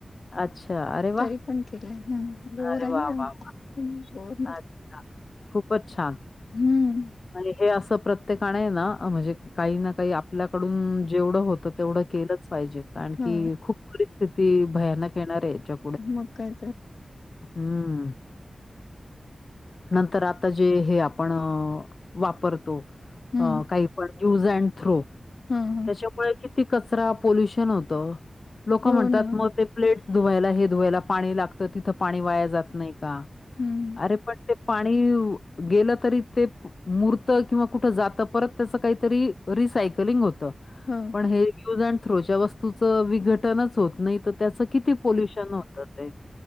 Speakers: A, on the left; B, on the left.
A: अच्छा. अरे वाह!
B: तरी पण केलंय हम् बोर
A: अरे
B: आहे
A: वाह,
B: <unintelligible>
A: वाह, वाह! अच्छा. खूपच छान.
B: हम्म
A: आणि हे असं प्रत्येक आणि आहे ना म्हणजे काही ना काही आपल्याकडून जेवढं होतं तेवढं केलंच पाहिजे कारण की
B: हो
A: खूप परिस्थिती भयानक येणार आहे हिच्या
B: मग काय तर
A: हम्म नंतर आता जे हे आपण ह वापरतो
B: हम्म
A: अ काही पण यूज अँड थ्रो
B: हा हा
A: त्याच्यामुळे किती कचरा पोल्युशन होत लोक
B: हो
A: म्हणतात
B: ना
A: मग ते प्लेट्स धुवायला हे धुवायला पाणी लागतं तिथं पाणी वाया जातं नइं का
B: हम्म
A: अरे पण ते पाणी गेलं तरी ते मुर्त किंवा कुठ जात परत त्याच काहीतरी रिसायकलिंग होत
B: हम
A: पण हे युज अड थ्रोच्या वस्तूचं विघटनच होत नाही तर त्याचं किती पॉोल्युशन होतं ते